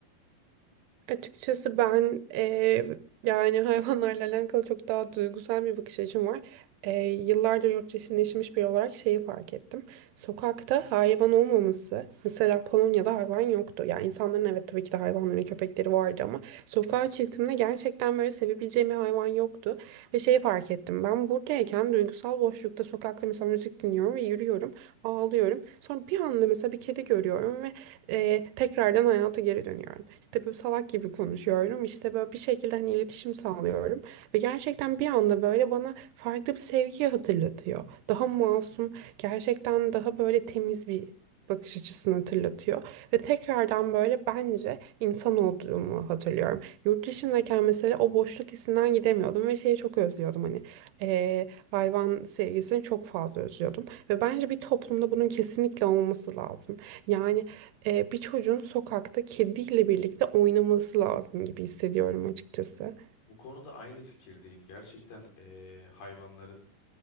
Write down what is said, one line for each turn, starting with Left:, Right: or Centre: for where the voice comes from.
Right: açıkçası ben eee, yani hayvanlarla alakalı çok daha duygusal bir bakış açım var. Eee, yıllarca yurt dışında yaşamış biri olarak şeyi fark ettim. Sokakta hayvan olmaması, mesela Polonya'da hayvan yoktu. Yani insanların evet tabii ki de hayvanları ve köpekleri vardı ama sokağa çıktığımda gerçekten böyle sevebileceğim bir hayvan yoktu. Ve şeyi fark ettim. Ben buradayken duygusal boşlukta sokakta mesela müzik dinliyorum ve yürüyorum, ağlıyorum. Sonra bir anda mesela bir kedi görüyorum ve e, tekrardan hayata geri dönüyorum. İşte böyle salak gibi konuşuyorum. İşte böyle bir şekilde hani iletişim sağlıyorum. Ve gerçekten bir anda böyle bana farklı bir sevgiyi hatırlatıyor. Daha masum, gerçekten daha böyle temiz bir bakış açısını hatırlatıyor. Ve tekrardan böyle bence insan olduğumu hatırlıyorum. Yurt dışındayken mesela o boşluk hissinden gidemiyordum ve şeyi çok özlüyordum hani eee, hayvan sevgisini çok fazla özlüyordum. Ve bence bir toplumda bunun kesinlikle olması lazım. Yani e, bir çocuğun sokakta kediyle birlikte oynaması lazım gibi hissediyorum açıkçası.
Left: Bu konuda aynı fikirdeyim. Gerçekten eee, hayvanların